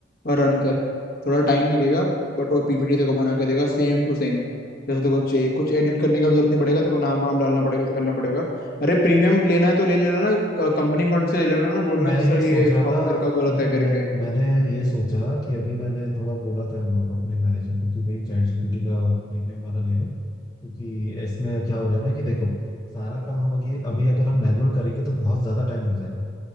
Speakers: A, on the left; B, on the left.
A: और रन कर थोड़ा टाइम लगेगा बट वो पीपीटी तेरे को बना के देगा सेम टू सेम जैसे तेरे को चाहिए कुछ एडिट करने का भी जरूरत नहीं पड़ेगा तेरे को नाम वाम डालना पड़ेगा तो करना पड़ेगा अरे प्रीमियम लेना है तो ले लेना ना कंपनी फंड से ले लेना
B: अरे
A: ना
B: नहीं
A: बोलना
B: मैं
A: कि सर
B: ये सोच
A: ये
B: रहा
A: सॉफ्टवेयर
B: था
A: का जरूरत
B: नहीं
A: है
B: मैं
A: करके
B: मैंने ये सोचा कि अभी मैंने थोड़ा बोला था इन लोगों को अपने मैनेजर को कि भाई चैट जीपीटी का प्रीमियम वाला ले लो क्योंकि इसमें क्या हो रहा है ना कि देखो सारा काम हम अभी अभी अगर हम मैनुअल करेंगे तो बहुत ज्यादा टाइम लग जाएगा